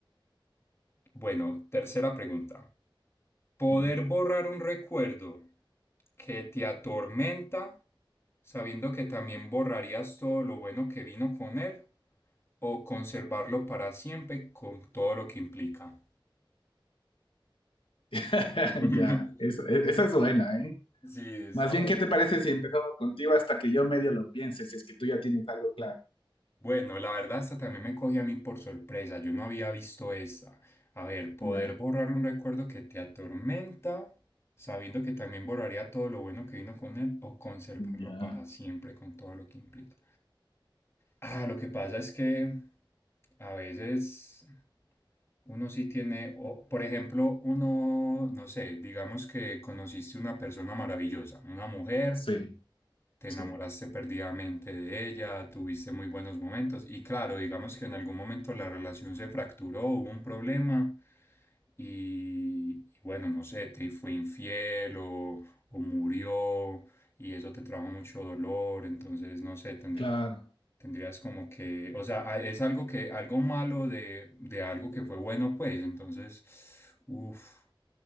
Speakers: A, on the left (about 30°); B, on the left (about 85°).
A: Bueno, tercera pregunta. ¿Poder
B: Ya.
A: borrar un recuerdo que te atormenta, sabiendo que también borrarías todo lo bueno que vino con él, o conservarlo para siempre con todo lo que implica?
B: <laughs>
A: <laughs>
B: Ya, eso- e- esa es buena, ¿eh?
A: Sí, está
B: Más bien, ¿qué te parece si empezamos contigo hasta que yo medio lo piense, si es que tú ya tienes algo claro?
A: Bueno, la verdad, esta también me cogió a mí por sorpresa. Yo no había visto esta. A ver, poder
B: Ya,
A: borrar un recuerdo que te atormenta, sabiendo que también borraría todo lo bueno que vino con él, o conservarlo
B: ya,
A: para siempre con todo lo que implica. Ah, lo que pasa es que a veces uno sí tiene, o, por ejemplo, uno, no sé, digamos que conociste una persona maravillosa, una mujer
B: sí.
A: te
B: Sí,
A: enamoraste perdidamente de ella, tuviste muy buenos momentos y claro, digamos que en algún momento la relación se fracturó, hubo un problema y, y bueno, no sé, te fue infiel o, o murió y eso te trajo mucho dolor, entonces no sé, tendr-
B: claro.
A: tendrías como que, o sea, a- es algo que, algo malo de, de algo que fue bueno, pues, entonces, uff,